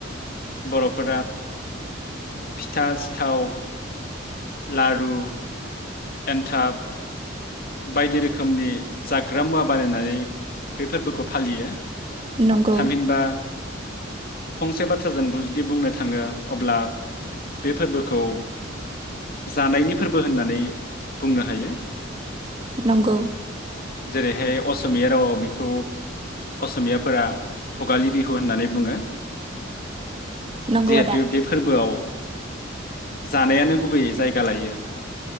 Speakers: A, on the left; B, on the right.
A: बरफोरा फिथा सिथाव लारु एन्थाब बायदि रोखोमनि जाग्रा मुवा बानायनानै बे फोरबोखौ फालियो
B: नंगौ
A: थामहिनबा फंसे बाथ्राजों जुदि बुंनो थाङो अब्ला बे फोरबोखौ जानायनि फोरबो होननानै बुंनो हायो
B: नंगौ
A: जेरैहाय अस असमिया रावआव बेखौ असमियाफोरा भगालि बिहु होननानै बुङो
B: नंगौ
A: जिहेतु
B: आदा
A: बे फोरबोआव जानायानो गुबैयै जायगा लायो